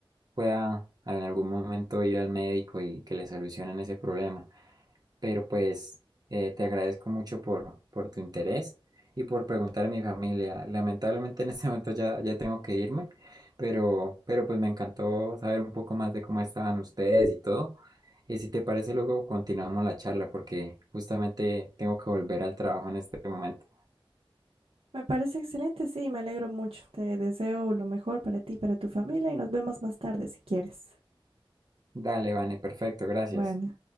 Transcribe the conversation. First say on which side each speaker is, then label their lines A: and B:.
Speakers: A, on the right (about 45°); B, on the right (about 80°).
A: pueda en algún momento ir al médico y que le solucionen ese problema. Pero pues eh, te agradezco mucho por, por tu interés y por preguntar a mi familia. Lamentablemente en este momento ya, ya tengo que irme, pero, pero pues me encantó saber un poco más de cómo estaban ustedes y todo. Y si te parece, luego continuamos la charla porque justamente tengo que volver al trabajo en este momento.
B: Me parece excelente, sí, me alegro mucho. Te deseo lo mejor para ti, para tu familia y nos vemos más tarde si quieres.
A: Dale, Vane, perfecto, gracias.
B: Bueno.